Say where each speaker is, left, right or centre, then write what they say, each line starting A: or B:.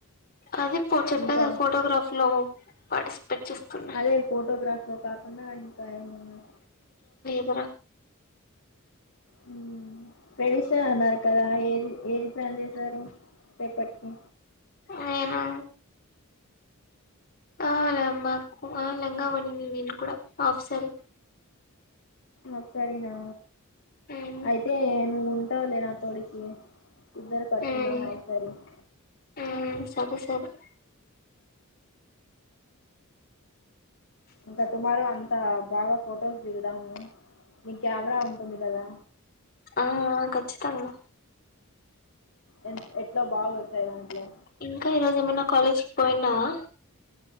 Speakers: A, on the left; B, on the left.
A: అది పో చెప్పా
B: ఇంకా
A: కదా ఫోటోగ్రాఫ్ లో పార్టిసిపేట్ చేస్తున్నా
B: అదే ఫోటోగ్రాఫ్ లో కాకుండా ఇంకా ఏమన్నా
A: సరే
B: హ్ ట్రేడిషనల్ అన్నారు కదా ఏది ఏది ప్లాన్ చేశారు రేపటికి?
A: నేనా అలే మాకు ఆ లంగా ఓణినే నేను కూడా ఆఫ్ సారీ.
B: ఆఫ్ సరీనా
A: మ్మ్
B: అయితే నువ్వు ఉంటావలే నా తోడుకి. ఇద్దరు కట్టుకున్దాం
A: మ్మ్
B: అఫ్ సారీస్.
A: మ్మ్ సరే సరే
B: ఇంకా టుమారో అంతా బాగా ఫొటోస్ దిగుదాము. నీ కేమెరా ఉంటుంది కదా.
A: ఆ ఖచ్చితంగా.
B: ఎ ఎట్ల బాగా వస్తాతాయి దాంట్లో.
A: ఇంకా ఈరోజు ఏమన్నా కాలేజీకిి పోయిన్నావా.